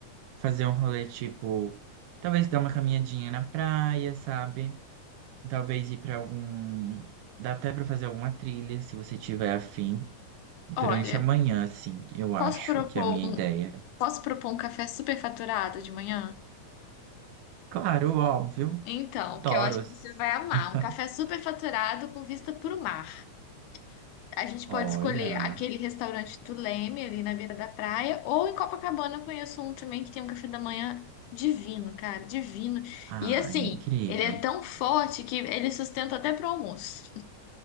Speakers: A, on the right; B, on the left.
A: fazer um rolê tipo. Talvez dar uma caminhadinha na praia, sabe? Talvez ir pra algum. Dá até pra fazer alguma trilha, se você tiver afim. Durante
B: Olha,
A: a manhã, assim, eu
B: posso
A: acho
B: propor
A: que é a minha
B: um,
A: ideia.
B: posso propor um café superfaturado de manhã?
A: Claro, óbvio,
B: Então,
A: toros.
B: que eu acho que você vai amar,
A: <laughs>
B: um café superfaturado com vista para o mar. A gente
A: Olha,
B: pode escolher aquele restaurante do Leme, ali na beira da praia, ou em Copacabana eu conheço um também que tem um café da manhã divino, cara, divino.
A: ah,
B: E assim,
A: incrível.
B: ele é tão forte que ele sustenta até pro almoço.